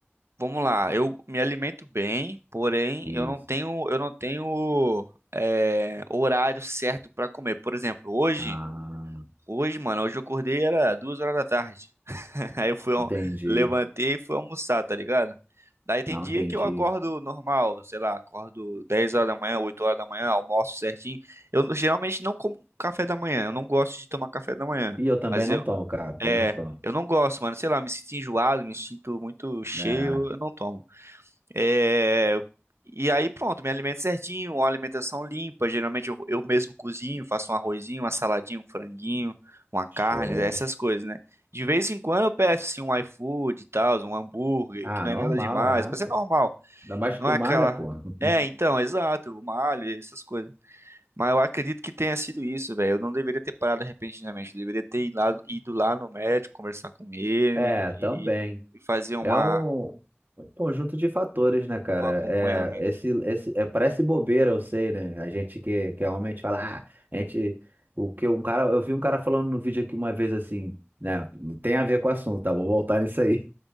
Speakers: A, on the right; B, on the right.
A: vamos lá. Eu me alimento bem, porém
B: Isso.
A: eu não tenho eu não tenho é, horário certo pra comer. Por exemplo, hoje,
B: Ah,
A: hoje, mano, hoje eu acordei era duas horas da tarde. <laughs> Aí eu fui, al-
B: entendi.
A: levantei e fui almoçar, tá ligado? Daí tem
B: Não,
A: dia
B: entendi.
A: que eu acordo normal, sei lá, acordo 10 horas da manhã, 8 horas da manhã, almoço certinho. Eu n- geralmente não como café da manhã, eu não gosto de tomar café da manhã.
B: E eu também
A: Mas
B: não
A: eu,
B: tomo, cara, também
A: é,
B: não tomo.
A: eu não gosto, mano, sei lá, me sinto enjoado, me sinto muito cheio,
B: É,
A: eu não tomo. É, E aí pronto, me alimento certinho, uma alimentação limpa. Geralmente eu, eu mesmo cozinho, faço um arrozinho, uma saladinha, um franguinho, uma carne,
B: show.
A: essas coisas, né? De vez em quando eu peço assim, um iFood e tal, um hambúrguer,
B: Ah,
A: que não
B: normal,
A: é nada demais,
B: é,
A: mas é
B: pô.
A: normal.
B: Ainda mais
A: Não
B: que tu
A: é
B: malha,
A: aquela.
B: pô. <laughs>
A: É, então, exato, uma alho, essas coisas. Mas eu acredito que tenha sido isso, velho. Eu não deveria ter parado repentinamente. Eu deveria ter ido lá, ido lá no médico, conversar com ele
B: É, também.
A: e, e fazer uma,
B: É um, um conjunto de fatores, né, cara?
A: um acompanhamento.
B: É, esse, esse, é, parece bobeira, eu sei, né? A gente que, que é homem, a gente fala, ah, a gente. O que um cara, eu vi um cara falando no vídeo aqui uma vez assim, né? Não tem a ver com o assunto, tá? Vou voltar nisso aí.